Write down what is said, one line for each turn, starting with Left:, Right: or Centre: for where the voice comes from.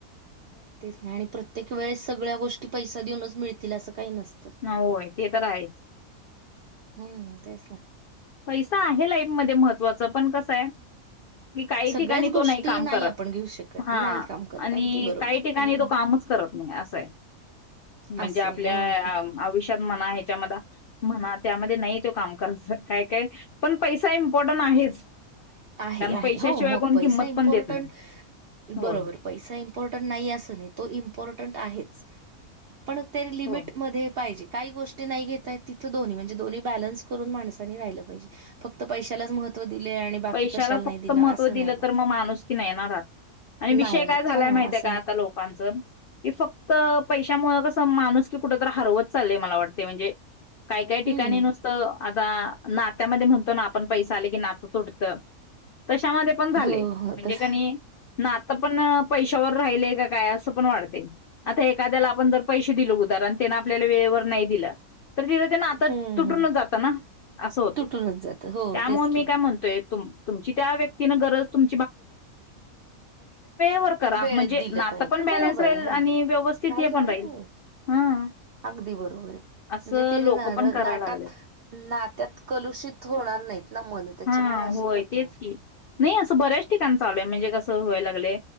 Right: तेच नाही आणि प्रत्येक वेळेस सगळ्या गोष्टी पैसा देऊनच मिळतील असं काही नसतं
Left: होय, ते तर आहेच
Right: हम्म तेच ना
Left: पैसा आहे लाईफमध्येध्ये महत्वाचा पण कसं आहे कि काही
Right: सगळ्याच
Left: ठिकाणी
Right: गोष्टी
Left: तो नाही काम करत
Right: आपण घेऊ शकत
Left: हा
Right: नाही काम करत
Left: आणि
Right: अगदी बरोबर.
Left: काही ठिकाणी
Right: हम्म.
Left: तो कामच करत नाही असंय म्हणजे
Right: असे
Left: आपल्या
Right: हो हो
Left: आयुष्यात म्हणा ह्याच्यामध्ये म्हणा त्यामध्ये नाही का काय काय पण प इम्पर् आहे
Right: आहे
Left: कारण
Right: आहे
Left: पैशाशिवाय
Right: हो मग
Left: कोण
Right: पैसा
Left: किंमत
Right: इम्पॉर्टंट
Left: पण देत नाही. होय.
Right: बरोबर पैसा इम्पॉर्टंट नाही असं नाही तो इम्पॉर्टंट आहे पण त्या लिमिट
Left: हो
Right: मध्ये पाहिजे काही गोष्टी नाही घेत आहेत तिथं दोन्ही म्हणजे दोन्ही बलन्स करून माणसानी राहिलं फक्त पैशलाच महत्व दिलेय आणि बाकी
Left: देशाला
Right: कशाला
Left: फक्त
Right: नाही दिलं
Left: महत्व
Right: असं
Left: दिलं
Right: नाही होत.
Left: तर मग माणूस की नाहीेणारहात आणि
Right: नाही
Left: विषय
Right: राहत
Left: काय झालाय
Right: हा
Left: माहिती
Right: असं
Left: आहे का
Right: नाही.
Left: आता लोकांचं की फक्त पैशामुळेळ कसं माणूस की कुठ तर हरवत चालय मला वाटते म्हणजे काय काय ठिकाणी
Right: हम्म
Left: नुसतं आता नात्यामध्ये म्हणतो ना आपण पैसे आले की नातं तुटत तशामध्ये पण झाले
Right: हो
Left: म्हणजे
Right: हो तस
Left: काणी ना आता पण पशावर राहि काय अस पण वा ए्या आपण पै दि आपल्या नाही दि तर तिथ त्यांना आता
Right: हम्म
Left: तुटूनच
Right: हम्म
Left: जात ना अस होते
Right: तुटूनच जात हो
Left: त्यामुळे
Right: तेच
Left: मी
Right: की
Left: काय म्हणतोय तुम तुमची त्या व्यक्ती ग तुम् वरा
Right: वेळेत
Left: म्हणण
Right: दिलं पाहिजे बरोबर आहे हा.
Left: आणि व्यवस्थित
Right: राहिलं
Left: हे पण
Right: आणि
Left: राहील हा
Right: अगदी बरोबर आहे
Left: असं
Right: म्हणजे ते
Left: लोक
Right: नाट
Left: पण करायला
Right: नात्यात
Left: लागलेत.
Right: कर प्रलुषित होणार नाहीत ना मन त्याच्यामुळे
Left: हा
Right: असं
Left: होय
Right: होतं
Left: तेच की नाही असं बऱ्याच ठिकाण चालूय म्हणजे कसं व्हाय लागले